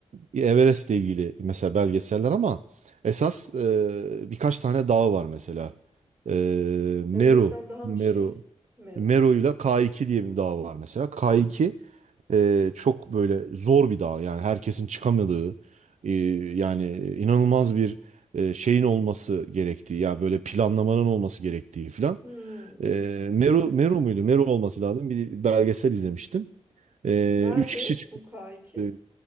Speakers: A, on the right; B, on the right.
A: e, Everest'le ilgili mesela belgeseller ama esas e, birkaç tane dağ var mesela. E, Meru
B: Everest'ten daha
A: Meru
B: mı şey? Meru.
A: Meru'yla K2 diye bir dağ var mesela. K2 e, çok böyle zor bir dağ yani herkesin çıkamadığı e, yani inanılmaz bir e, şeyin olması gerektiği ya böyle planlamanın olması gerektiği filan
B: Hmm.
A: E, Meru Meru muydu? Meru olması lazım. Bir belgesel izlemiştim. E,
B: Nerede
A: üç kişi çıkıp
B: bu K2?
A: e,